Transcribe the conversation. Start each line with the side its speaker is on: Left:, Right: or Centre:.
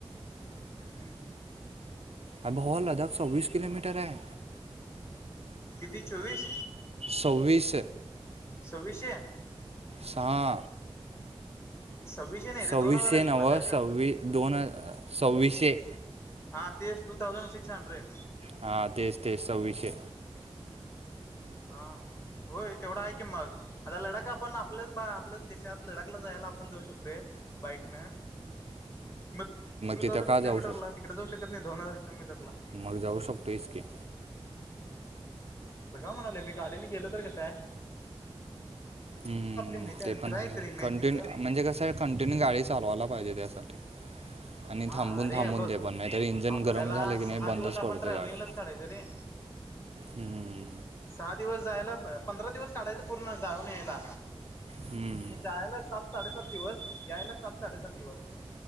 Left: हम्म.
Right: अ भावा लदाख सव्वीस कलोमीटर आहे.
Left: किती चोवीस
Right: सव्वीस
Left: सव्वीशे?
Right: सहा
Left: सव्वीसशे नाही रे
Right: सव्वीशे
Left: दोन हजार आहेत
Right: न्हव
Left: ना काय तर
Right: सवीस दोन सव्वीशे
Left: हा तेचं टू थाऊजंड सिक्स हंड्रेड.
Right: हा तेच तेच सव्विशे.
Left: हा होय तेवढा हाय की मग आता लडाख आपण आपल्याच भा आपल्याच देशात त्यात लडाखला जायला आपण जाऊ शकतोय बाईकन मग टू
Right: तिथं
Left: थाऊजन
Right: का
Left: किलोमीटर
Right: जाऊ
Left: ला तिकडं जाऊ शकत नाही दोन हजार किलोमीटर ला
Right: मल जाऊ शकतो की.
Left: बघा म्हणाव ले मी गाडीने गेलो तर कसंय.
Right: हम्म
Left: माहिती आहे
Right: ते
Left: फिराय
Right: पण हाय
Left: तरी मेन
Right: कंटिन्यू
Left: तिकडं
Right: म्हणजे कसं आहे कंटिन्यू गाडी चालवायला पाहिजे त्यासाठी आणि
Left: हा
Right: थांबून
Left: अरे
Right: थांबून
Left: बघ
Right: ते पण नाहीतर इंजन
Left: आपल्याला
Right: गरम झालं की नाही
Left: सहा दिवस
Right: बंदच
Left: आपण
Right: पडत
Left: ट्रॅव्हलिंगलाच
Right: गाड्या
Left: काढायचं रे
Right: हम्म.
Left: सहा दिवस जायला प पंधरा दिवस काढायचं पूर्ण जावुन यायला.
Right: हम्म,
Left: मी जायला सात साडेसात दिवस यायला सात साडेसात दिवस